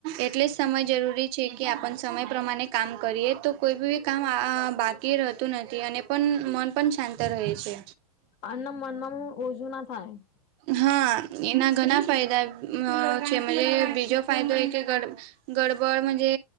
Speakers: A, on the right; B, on the left.
A: એટલે જ સમય જરૂરી છે કે આપ સમય પ્રમાણે કામ કરીએ તો કોઈ બી કામ બાકી રહેતું નથી અને પણ મન પણ શાંત રહે છે.
B: આના મનમાં ઓછું ના થાય.
A: હા એના ઘણા ફાયદા છે મ બીજો ફાયદો એ કે ગડબડ જે